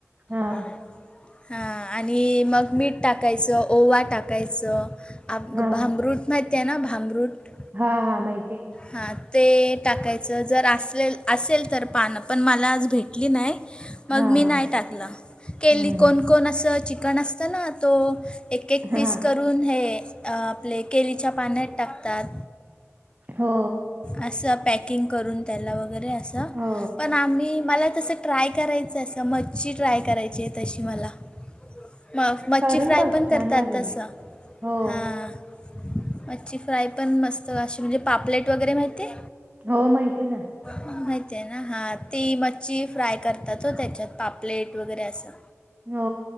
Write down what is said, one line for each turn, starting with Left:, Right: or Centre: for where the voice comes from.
Right: हा
Left: <inaudible> हा आणि मग मीठ टाकायचं, ओवा टाकायचं. आ
Right: हा
Left: ग भामरूट महिती आहे ना भामरूट.
Right: हा हा माहिती आहे.
Left: हां, ते टाकायचं जर असलेल असेल तर पानं पण मला आज भेटली नाही. मग
Right: हा
Left: मी
Right: हा
Left: नाही टाकलं, केली
Right: हम्म
Left: कोण-कोण असं चिकन असतं ना तो एक-एक
Right: हा
Left: पीस करून हे आपले केलीच्या पाण्यात टाकतात.
Right: हो.
Left: असं पॅकिंग करून त्याला वगैरे असं,
Right: हो
Left: पण आम्ही मला तसं ट्राय करायचं असं मच्छी ट्राय करायची आहे तशी मला. मग मच्छी
Right: करून
Left: फ्राय
Right: बघ
Left: पण करतात
Right: छान लागेल
Left: तसं
Right: हो
Left: हां. मच्छी फ्राय पण मस्त अशी म्हणजे पापलेट वगैरे माहितीये?
Right: हो माहिती ना.
Left: हा माहित आहे ना, हा ती मच्छी फ्राय करतात हो त्याच्यात पापलेट वगैरे असं.
Right: हो